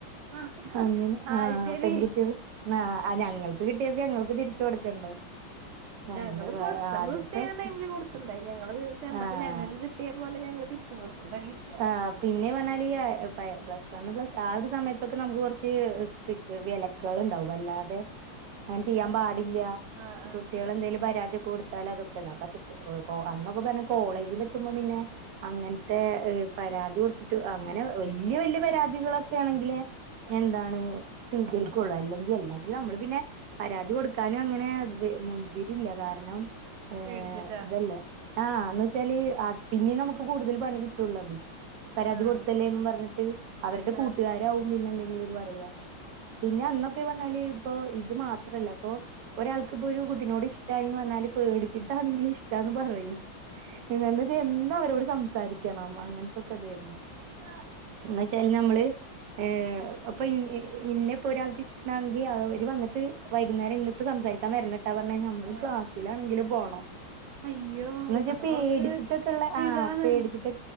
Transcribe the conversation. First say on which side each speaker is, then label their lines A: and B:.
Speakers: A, on the right (about 90°); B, on the right (about 65°).
A: ആഹ്
B: അങ്ങനെ
A: അത്
B: ആഹ്
A: ശരി
B: പെൺകുട്ടികൾ ആഹ് ഞങ്ങൾക്ക് കിട്ടിയത് ഞങ്ങൾക്ക് തിരിച്ചു കൊടുക്കണ്ടേ
A: ഞങ്ങള്
B: അന്ന്
A: പ്ലസ്സ് വൺ
B: ആദ്യത്തെ
A: പ്ലസ് ടു എഴുതുന്ന
B: വർഷം
A: ടൈമില് കൊടുത്തുണ്ടായി ഞങ്ങള് ചെന്നപ്പോ
B: ആഹ്
A: ഞങ്ങൾക്ക് കിട്ടിയ പോലെ ഞങ്ങള് തിരിച്ചും കൊടുത്തു <unintelligible>
B: ആഹ് പിന്നെ പറഞ്ഞാല് പ്ലസ് വണ്ണ് പ്ലസ് ആഹ് ഒരു സമയത്തൊക്കെ നമുക്ക് കുറച്ച് സ്ട്രി വിലക്കുകൾ ഉണ്ടാവും വല്ലാതെ അങ്ങനെ ചെയ്യാൻ പാടില്ല
A: ആഹ് ആഹ്
B: കുട്ടികളെന്തെലും പരാതി കൊടുത്താലൽ അതൊക്കെതാ പക്ഷേ അന്നൊക്കെന്ന് പറഞ്ഞാൽ കോളേജിൽ എത്തുമ്പോ പിന്നെ അങ്ങനത്തെ പരാതി കൊടുത്തിട്ട് അങ്ങനെ വല്യ വല്യ പരാതികളൊക്കെ ആണെങ്കില് എന്താണ് സ്വീകരിക്കുള്ളു അല്ലെങ്കിൽ അല്ലെങ്കിൽ നമ്മള് പിന്നെ പരാതി കൊടുക്കാനും അങ്ങനെ മുതിരില്ല. കാരണം ഏഹ്
A: പേടിച്ചിട്ടാ
B: ഇതല്ലേ, ആഹ് എന്ന് വെച്ചാല്, പിന്നെ നമുക്ക് കൂടുതൽ പണി കിട്ടുള്ളത്. പരാതി
A: ആഹ്
B: കൊടുത്തല്ലേന്ന് പറഞ്ഞ ട്ട് അവരുടെ കൂട്ടുകാരാവും
A: ആഹ്
B: പിന്നെ എന്തെങ്കിലും ഇത് പറയാ. പിന്നെ അന്നൊക്കെ പറഞ്ഞാല്, ഇപ്പൊ ഇത് മാത്രല്ല അപ്പൊ, ഒരാൾക്കിപ്പോ ഒരു കുട്ടീനോട് ഇഷ്ടമായിന്ന് പറഞ്ഞാല്, പേടിച്ചിട്ടാണെങ്കിലും ഇഷ്ടാന്ന് പറയും. എന്താന്ന് വെച്ചാ എന്നും അവരോട് സംസാരിക്കണം, അങ്ങനത്തൊക്കെ ഇതായിരുന്ന്. എന്ന് വെച്ചാല്, നമ്മള് ഏഹ് അപ്പൊ ഇൻ ഇന്നെ ഇപ്പൊ ഒരാൾക്ക് ഇഷ്ടണാങ്കിൽ അവര് വന്നിട്ട്, വൈകുന്നേരം ഇന്നിപ്പം സംസാരിക്കാൻ വരിന്നിട്ടാ പറഞ്ഞ, നമ്മള്
A: ഏഹ്
B: ക്ലാസ്സിലാണെങ്കിലും പോണം.
A: അയ്യോ
B: എന്ന്
A: ഇതൊക്കെ
B: വച്ചാ പേടിച്ചിട്ടൊക്കെ
A: കൊറച്ച്
B: ഉള്ള ആഹ്
A: ഇതാണ്
B: പേടിച്ചിട്ട്.